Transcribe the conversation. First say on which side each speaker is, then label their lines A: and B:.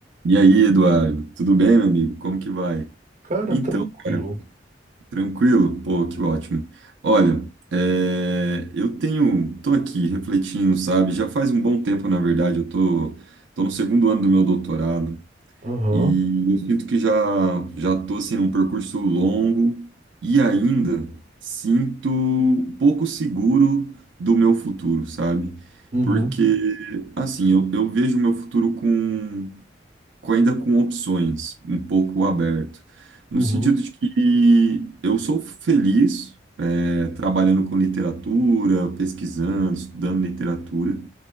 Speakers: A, on the right; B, on the right.
A: E aí, Eduardo, tudo bem, meu amigo? Como que vai?
B: Cara,
A: Então,
B: tranquilo.
A: cara, tranquilo? Pô, que ótimo. Olha, é, eu tenho, tô aqui refletindo, sabe? Já faz um bom tempo, na verdade, eu tô, tô no segundo ano do meu doutorado
B: Aham.
A: e eu sinto que já, já tô, assim, num percurso longo e ainda sinto pouco seguro do meu futuro, sabe?
B: Uhum.
A: Porque, assim, eu, eu vejo o meu futuro com com- ainda com opções, um pouco aberto, no
B: Uhum.
A: sentido de que eu sou feliz é, trabalhando com literatura, pesquisando, estudando literatura,